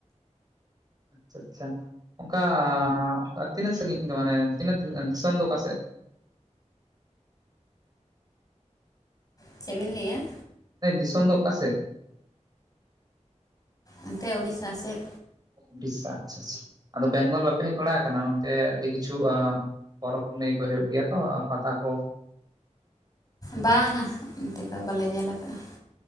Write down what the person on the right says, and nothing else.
ᱟᱪᱪᱷᱟ ᱟᱪᱪᱷᱟ ᱚᱱᱠᱟᱻ ᱛᱤᱱᱟᱹᱜ ᱥᱟᱺᱜᱤᱧ ᱫᱚ, ᱢᱟᱱᱮ ᱛᱤᱱᱟᱹᱜ ᱫᱤᱥᱚᱢ ᱫᱚ ᱚᱠᱟ ᱥᱮᱫ?
ᱦᱚᱸ ᱫᱤᱥᱚᱢ ᱫᱚ ᱚᱠᱟ ᱥᱮᱫ?
ᱩᱲᱤᱥᱥᱟ ᱟᱪᱪᱷᱟ ᱟᱫᱚ ᱵᱮᱝᱜᱚᱞ ᱵᱟᱯᱮ ᱦᱮᱡ ᱵᱟᱲᱟ ᱟᱠᱟᱱᱟ ᱱᱚᱛᱮ ᱟᱹᱰᱤ ᱠᱤᱪᱷᱩ ᱯᱚᱨᱚᱵᱽ ᱯᱩᱱᱟᱹᱭ ᱠᱚ ᱦᱩᱭᱩᱜ ᱜᱮᱭᱟ ᱛᱚ ᱯᱟᱛᱟ ᱠᱚ᱾